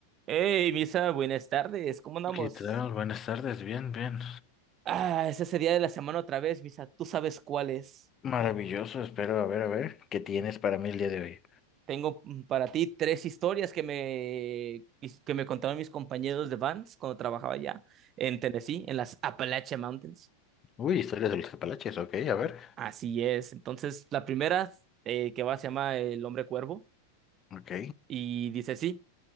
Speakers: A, on the right; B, on the left.
A: Hey, Misa, buenas tardes, ¿cómo andamos?
B: ¿Qué tal? Buenas tardes, bien, bien.
A: Ah, es ese día de la semana otra vez, Misa, tú sabes cuál es.
B: Maravilloso, espero, a ver, a ver, ¿qué tienes para mí el día de hoy?
A: Tengo mm, para ti tres historias que me, que me contaron mis compañeros de Vans cuando trabajaba allá en Tennessee, en las Appalachian Mountains.
B: Uy, historias de los Apalaches, ok, a ver.
A: Así es, entonces la primera eh, que va se llama El Hombre Cuervo
B: Ok,
A: y dice así,